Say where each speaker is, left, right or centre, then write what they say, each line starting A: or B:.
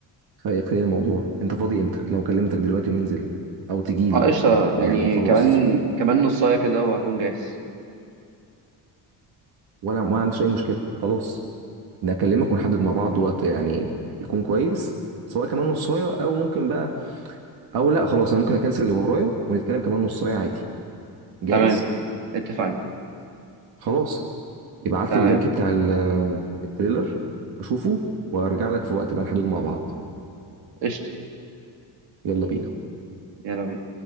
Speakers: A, on the right; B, on the right.
A: شيقتني الموضوع انت فاضي امتى؟ لو كلمتك دلوقتي وننزل او تجي لي
B: اه قشطة يعني
A: يعني خلاص
B: كمان كمان نصاية كده وهكون جاهز
A: وانا ما عنديش اي مشكله خلاص نكلمك ونحدد مع بعض وقت يعني يكون كويس سواء كمان نصايه او ممكن بقى او لا خلاص انا ممكن اكنسل اللي ورايا ونتكلم كمان نصايه عادي جاهز
B: تمام اتفقنا
A: خلاص ابعت
B: تمام
A: لي اللينك بتاع ال- التريلر اشوفه وارجع لك في وقت بقى نحدده مع بعض
B: قشطة
A: يلا بينا
B: يلا بينا